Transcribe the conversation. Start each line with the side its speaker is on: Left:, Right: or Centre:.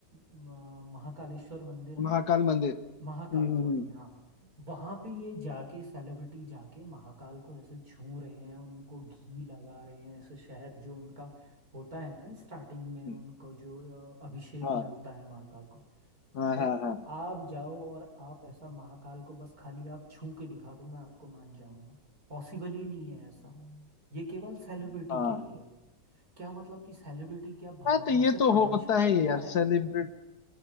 Right: म, महाकालेश्वर मंदिर
Left: महाकाल
Right: है
Left: मंदिर
Right: महाकाल
Left: हम्म
Right: सॉरी
Left: हम्म,
Right: हाँ वहां पे ये जाके सेलिब्रिटी जाके महाकाल को ऐसे छू रहे हैं उनको घी लगा रहे हैं ऐसे शहद जो उनका होता है ना स्टार्टिंग में
Left: हम्म,
Right: उनको जो अ, अभिषेक
Left: हाँ
Right: मिलता है महाकाल को
Left: हाँ
Right: और
Left: हाँ हाँ
Right: आप जाओ और आप ऐसा महाकाल को बस खाली आप छू के दिखा दो मैं आपको मान जाऊंगा पॉसिबल ही नहीं है ऐसा ये केवल सेलिब्रिटी
Left: हाँ
Right: के लिए है क्या मतलब कि सेलिब्रिटी क्या भगवान
Left: हाँ तो ये
Right: से
Left: तो
Right: परमिशन
Left: होता है
Right: लेके
Left: यार
Right: आए
Left: सेलिब्रेट
Right: हैं